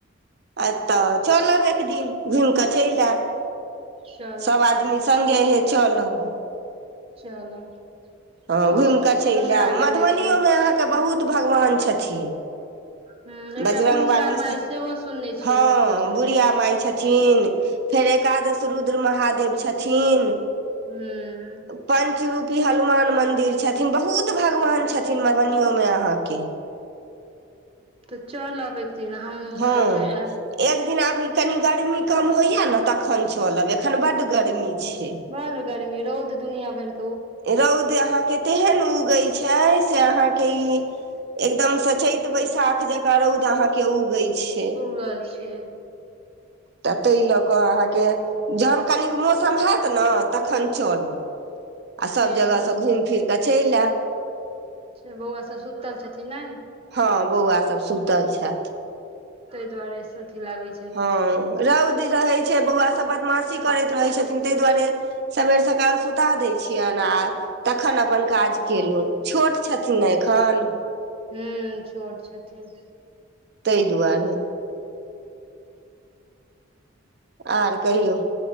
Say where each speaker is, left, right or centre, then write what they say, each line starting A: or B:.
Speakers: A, on the right; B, on the right.
A: अ त चलब एक दिन घुमि क चल आयब
B: चलब
A: सब
B: तऽ
A: आदमी संगे हे चलब
B: चलब
A: हँ
B: बहुत
A: घुमि क चल
B: मोन लागल
A: आयब मधुबनियोमे
B: अछि
A: अहाँके बहुत भगवान छथिन
B: ह एकटा
A: बजरंग
B: बुढ़िया
A: बाली
B: माय सेहो सुनने छियनि
A: हँ
B: ओतौ छथिन
A: बुढ़िया माइ छथि न फेर एकादश रुद्र महादेव छथिन
B: हूँ
A: पंचरूपी हनुमान मन्दिर छथिन बहुत भगवान छथिन मधुबनीयो में अहाँके
B: त चलब एक दिन हमहुँ
A: हँ
B: सब जे आयब
A: एक दिन आब ई कनि गर्मी कम होइया ने तखन चलब एखन बड्ड
B: ह
A: गर्मी छै
B: बड़ गर्मी रौद दुनिया भरके
A: रौद अहाँके तेहन उगै छै से अहाँके ई एकदम स चैत बैशाख जकां रौद अहां के उगे छै
B: उड़ल छै
A: त तै लऽ कऽ अहाँके जब कनिक मौसम हएत ने तखन चल आ सभ
B: ठीक
A: जगह सँ घूम फिर क चल आयब
B: से बौआ सब सुतल छथिन ने
A: हँ बौआ सभ सुतल छथि
B: ते दुआारेसे अथि लागै छै
A: हँ रौद रहैत छै बौआ सभ बदमाशी करैत रहै छथिन ताहि दुआरे सवेर सकाल सुता दैत छियनि आ तखन अपन काज कयेलु छोट छथिन ने एखन
B: हूँ छोट छथिन
A: तै दुआरे आर कहियौ